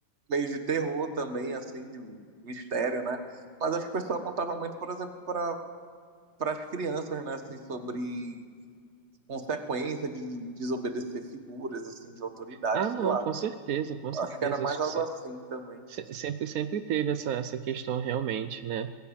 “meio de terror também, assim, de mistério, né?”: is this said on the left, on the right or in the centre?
Right